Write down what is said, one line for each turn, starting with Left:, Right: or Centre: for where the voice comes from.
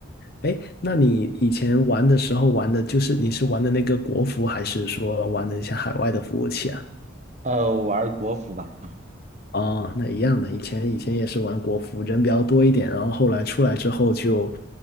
Left: 哎，那你以前玩的时候玩的就是你是玩的那个国服，还是说玩的一些海外的服务器啊？
Right: 呃，我玩儿国服吧。
Left: 哦，那一样的，以前以前也是玩国服，人比较多一点，然后后来出来之后就，